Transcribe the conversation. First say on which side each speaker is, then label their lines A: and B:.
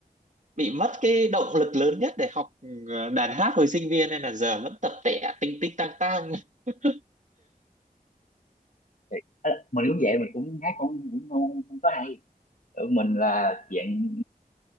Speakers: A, on the right (about 55°); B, on the left (about 60°).
A: bị mất cái động lực lớn nhất để học ừ, đàn hát hồi sinh viên nên là giờ vẫn tập tẻ tinh tinh tang tang <laughs>
B: thì- ờ, mình cũng vậy mình cũng hát cũng cũng không, không có hay Ờ, mình là dạng